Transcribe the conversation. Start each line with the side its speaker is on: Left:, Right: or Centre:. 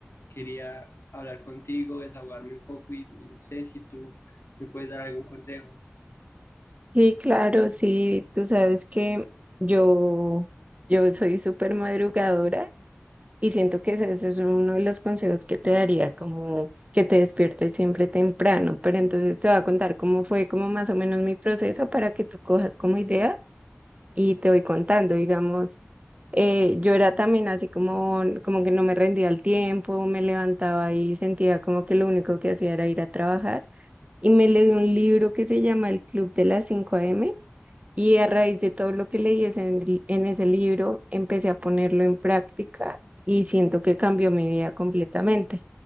Left: quería hablar contigo, desahogarme un poco y, y no sé si tú me puedes dar algún consejo.
Right: Sí, claro, sí, tú sabes que yo, yo soy súper madrugadora y siento que ese, ese es uno de los consejos que te daría, como que te despiertes siempre temprano, pero entonces te voy a contar cómo fue como más o menos mi proceso para que tú cojas como idea y te voy contando, digamos, eh, yo era también así como, como que no me rendía el tiempo, me levantaba y sentía como que lo único que hacía era ir a trabajar. y me leí un libro que se llama El Club de las 5 m y a raíz de todo lo que leí ese- en, en ese libro empecé a ponerlo en práctica y siento que cambió mi vida completamente.